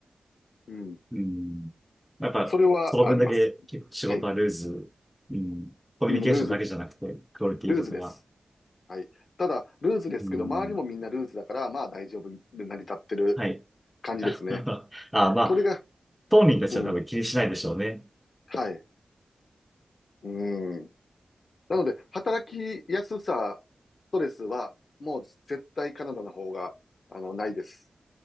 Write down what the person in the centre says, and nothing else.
うん。やっぱ、
その分だけ結構仕事はルーズ、
うん、コミュニケーションだけじゃなくて、
クオリティとかが、
うん、
はい。
<laughs> あ、まあ、
当人たちは多分気にしないでしょうね。